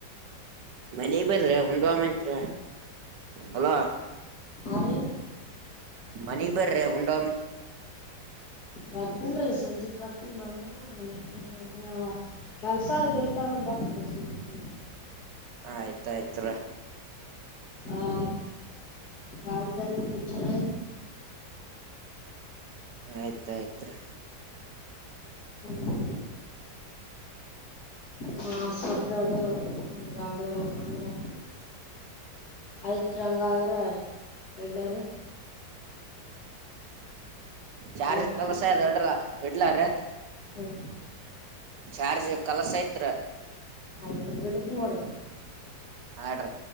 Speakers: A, on the right; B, on the left.
A: ಮನಗ್ ಬರ್ರಿ ಉಂಡುವಾಮತ್ ಹಲೋ
B: ಆ ರೀ
A: ಮನಿಗ್ ಬರ್ರಿ ಉಂಡ್
B: ಬರ್ತನ್ ರ ಸಂಜೆಕ್ ಭರ್ತನ ಬಂದ್ರೂ ಕೆಲ್ಸ ಆದ್ರೆ ಇಲ್ಕಂದ್ರೆ ಬರ್ತದೆ ಸಂಜಕ್ಕೆ
A: ಆಯ್ತಯಯ್ತ್
B: ಆ ಗಾಡಿ ಬಡಿ ಚರ
A: ಆಯ್ತಯ್ತ್ರಿ
B: ಹ್ಮ್. ಮಾಡಸಕದು ಗಾಡಿ ಹಲ್ಕಂದ್ರೆ ಆಯ್ತ್ ಹಂಗಾದ್ರ ಎಳ್ಳರಿ
A: ಚಾರ್ಜ
B: ಹಲೋ
A: ಕೆಲಸ ಇ ಹೊಡ್ರ ಇಡ್ಲಾರ
B: ಹ್ಮ
A: ಚಾರ್ಜ್ ಕಲಸ ಐತ್
B: ಈಗ ನೋಡ್ರಿ
A: ಆಡ್ರ